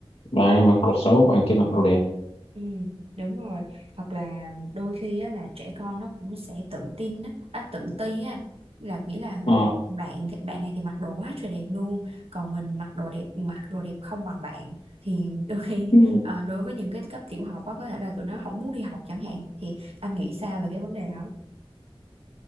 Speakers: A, on the left; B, on the right.
A: bạn em mặc đồ xấu bạn kia mặc đồ đẹp
B: Ừ, đúng rồi hoặc là đôi khi á, là trẻ con nó cũng sẽ tự tin á, à, tự ti á là nghĩa là
A: ừ.
B: bạn bạn này thì mặc đồ quá trời đẹp luôn còn mình mặc đồ đẹp mặc đồ đẹp không bằng bạn thì <laughs> đôi khi
A: Ừ.
B: ờ, đối với những cái cấp tiểu học á có thể là tụi nó không muốn đi học chẳng hạn thì anh nghĩ sao về cái vấn đề đó